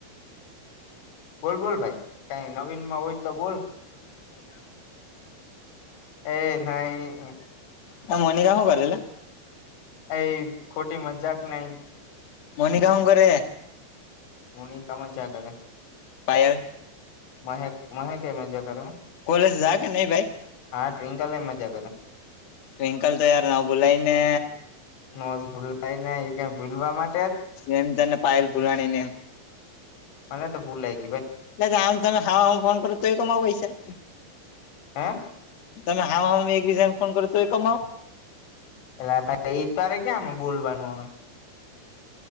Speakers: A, on the left; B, on the left.
A: બોલ બોલ ભાઈ કઈ નવીન માં હોય તો બોલ એ નહી
B: અ મોનિકા શુ કરી લા.
A: એ ખોટી મજાક નઈ.
B: મનિકા હું કરરે
A: મોનિકા મજા કરે.
B: પાયલ.
A: મહેક મહેક એ મજા કરે હ
B: કોલેજ જા કે નઈ ભાઈ
A: હા ટ્વિંકલે મજા કરે.
B: ટ્વિંકલ તોયાર ન બુલાઈને
A: નોસ ભૂલાએ ને એ કાઇ ભૂલવા મા
B: જેમ તને પાયલ ભુરાણી ને
A: મને તો ભૂલાઈ છે.
B: દા આમ તમે હાવ આન ફોન કરો તોય કમાવ પૈસા
A: હે
B: તમે હાવ આમ એકબીજાને ફોન કરો તો એ કમાવો.
A: એટલે એ તરે ક્યાં બોલવાનું હવે.